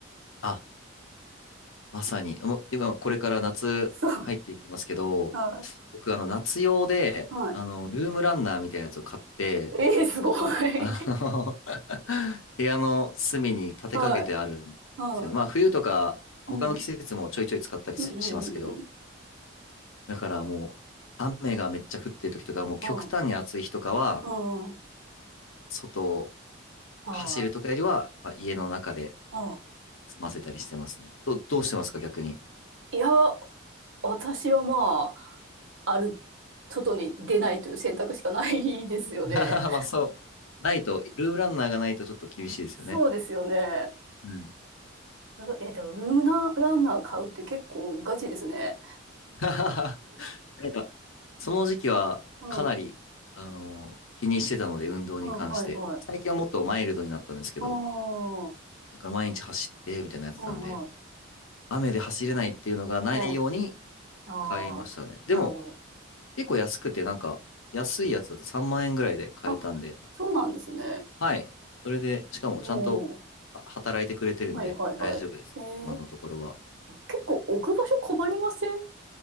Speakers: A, on the left (about 80°); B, on the right (about 70°).
A: あ、まさに。もう今、これから夏入っていきますけど、
B: そう。はい。
A: 僕、あの、夏用で、
B: はい。
A: あの、ルームランナーみたいなやつを買って、
B: ええすごい。<laughs>
A: あの <laughs> 部屋の隅に立てかけてあるんですよね。
B: はい。は
A: まあ、冬とか、他の季節もちょいちょい使ったりし、
B: い。うん。うん、うん、
A: しますけど、
B: うん、うん。
A: だからもう、雨がめっちゃ降ってる時とか、もう極端に暑い日とかは、
B: うん。うん。
A: 外
B: は
A: 走るとかよりは、まあ、家の中で
B: い。うん。
A: 済ませたりしてますね。ど、どうしてますか、逆に。
B: いや、私はまあ、ある、外に出ないという選択しかないですよね。
A: <laughs> まあ、そう。ないと、ルームランナーがないとちょっと厳しいですよね。
B: そうですよね。
A: うん。
B: えっと、でもルームナランナー買うって結構ガチですね。
A: <laughs> なんか、その時期はかなり、
B: はい。
A: あの気にしてたので、運動に関して。
B: うん、はい、はい。
A: 最近はもっとマイルドになったんですけど、
B: ああ、は
A: だから毎日走って、みたいなのやってたんで、
B: い、はい。
A: 雨で走れないっていうのがないように
B: うん、ああ、
A: 買いましたね。でも、
B: なるほど。
A: 結構安くて、なんか、安いやつだと3万円ぐらいで買えたんで、
B: あ、そうなんですね。
A: はい。それで、しかもちゃんとあ働いてくれてるんで大丈夫です。
B: もう、はいはいはい。えー、
A: 今のところは。
B: 結構置く場所困りません